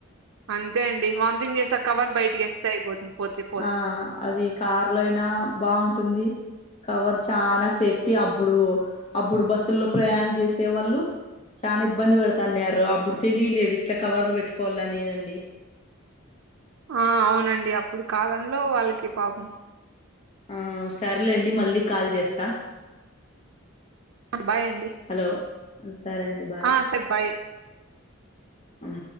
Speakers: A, on the right; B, on the left.
A: అంతే అండి వాంతింగ్ చేసి ఆ కవర్ బయటికేస్ తె అయిపోతుంది పోతేప్
B: ఆ అది కార్ లయినా బావుంటుంది కవర్ చానా సేఫ్టీ అబ్బుడు అబ్బుడు బస్సుల్లో ప్రయాణం చేసే వాళ్ళు చానా ఇబ్బంది పడతాన్నారు అప్పుడు తెలియలేదు ఇట్లా కవర్లు పెట్టుకోవాలని అండి
A: ఆ అవునండి అప్పుడు కాలంలో వాళ్ళకి పాపం
B: ఆ సర్లేండి మళ్ళీ కాల్ చేస్తా
A: బాయ్ అండి.
B: హలో సరే అండి బాయ్
A: ఆ! సరే బాయ్.
B: అం